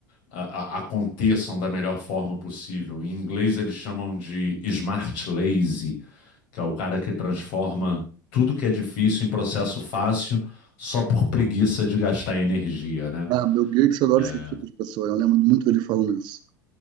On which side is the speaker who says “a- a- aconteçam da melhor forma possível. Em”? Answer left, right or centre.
Left